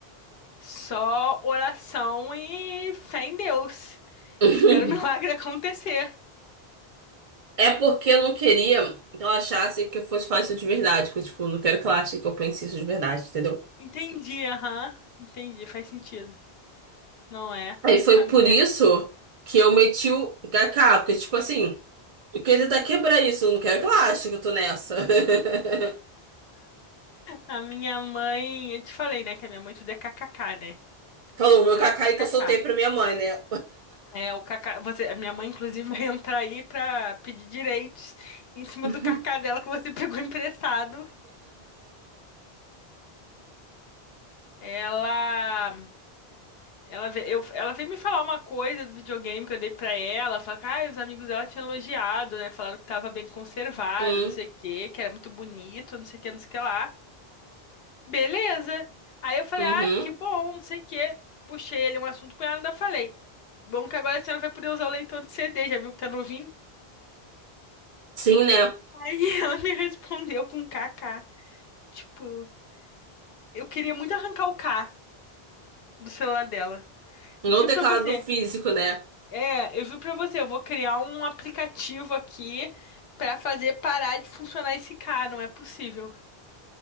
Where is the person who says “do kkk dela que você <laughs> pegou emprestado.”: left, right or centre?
Left